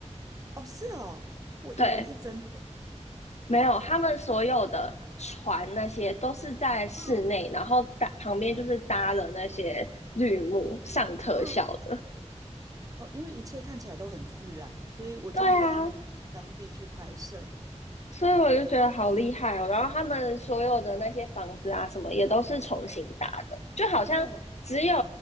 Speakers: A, on the right; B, on the left.
A: 哦，是哦，我以为是真的
B: 对，没有，他们所有的船那些都是在室内，
A: 啊
B: 然后搭旁边就是搭了那些绿幕上特效的。
A: 啊哦，因为一切看起来都很自然，所以我就以为他们是到当地去拍摄。
B: 对啊，所以我就觉得好厉害哦。然后他们所有的那些房子啊什么，也都是重新搭的，就好像只有
A: 哦